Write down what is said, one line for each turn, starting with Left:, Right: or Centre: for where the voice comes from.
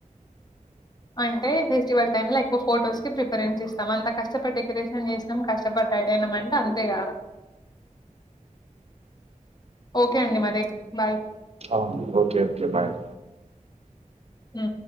Left: అంటే ఫెస్టివల్ టైమ్ లో ఎక్కువ ఫోటోస్ కి ప్రిఫరెన్స్ ఇస్తాం అంత కష్టపడ్ డెకరేషన్ చేసినామ్ కష్టప రెడీ అనాం అంటే అంతే ఇగ ఓకే అండి మరి బాయ్
Right: ఆ ఓకే ఓకే బాయ్
Left: మ్